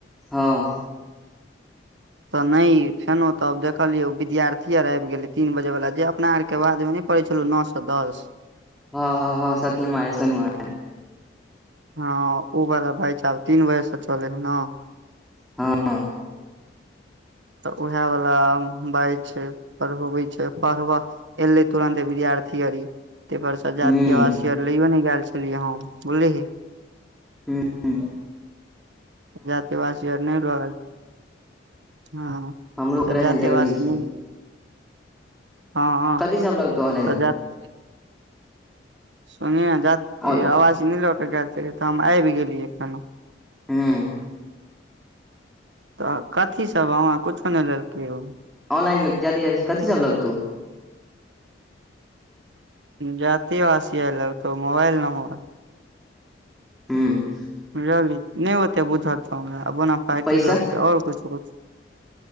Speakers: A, in the centre; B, on the right (about 75°).
A: हँ
B: तऽ नइ फेनो तब देखलियै विद्यार्थी आर आबि गेलै तीन बजे वला जे अपना आर के बादमे नहि पढ़ै छलहु नअ सँ दस
A: हँ हँ हँ सत्यम सोनवा
B: हँ ओ वाला बैचा तीन बजे से चले हइ ने
A: हँ
B: तऽ उएह वाला बाइच छै पढ़बबै छै पढ़ब एलै तुरन्ते विद्यार्थी अरी तैपर सँ
A: हूँ
B: जाती आवासी आर लैयो नहि गेल छलियै हम बुलीही
A: हू
B: जाति अवासी आर नहि लगैल हँ
A: हमरो
B: त
A: करेनाइ
B: जाति
A: जरूरी
B: आवासिय
A: छै
B: हँ हँ
A: कथी सब लगतौ ऑनलाइन
B: त
A: मे
B: जाति सुनिही जाति
A: और
B: आवासि नहि लऽ क गेल छलियै तऽ हम आबि गेलियै कनी
A: हूँ
B: तऽ कथी सब हमरा कुछो नहि लेलकै ओ
A: ऑनलाइन मे जाती अवजिय कथो सब लगतौ
B: जाति आवासिय आय लगतौ मोबाइल नंबर
A: हूँ
B: बुझलही नइ ओते बुझल छौ हमराओन फाटे
A: आ पैसा
B: लगतै और कुछो